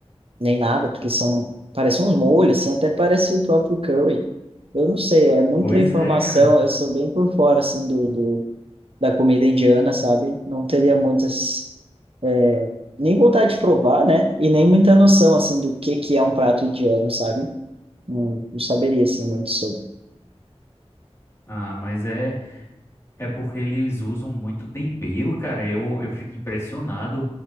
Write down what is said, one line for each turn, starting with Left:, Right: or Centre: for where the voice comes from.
Right: nem nada, porque são, parecem uns molhos, assim, até parece o próprio curry. Eu não sei, é muita
Left: Pois
Right: informação,
Left: é, cara.
Right: eu sou bem por fora, assim, do, do- da comida indiana, sabe? Não teria muitas, é, nem vontade de provar, né? E nem muita noção, assim, do que que é um prato indiano, sabe? Não, não saberia, assim, muito sobre.
Left: Ah, mas é. É porque eles usam muito tempero, cara. Eu, eu fico impressionado.